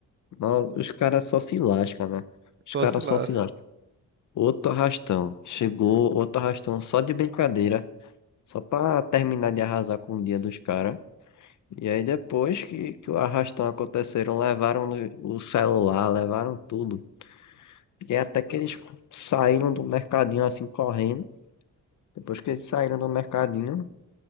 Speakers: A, on the left; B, on the right.
A: Não, os caras só se lascam, né?
B: Só
A: Os caras
B: se lasca.
A: só se lascam. Outro arrastão. Chegou outro arrastão só de brincadeira. Só pra terminar de arrasar com o dia dos caras. E aí, depois que, que o arrastão aconteceram, levaram no- o celular, levaram tudo. E até que eles saíram do mercadinho assim correndo. Depois que eles saíram do mercadinho,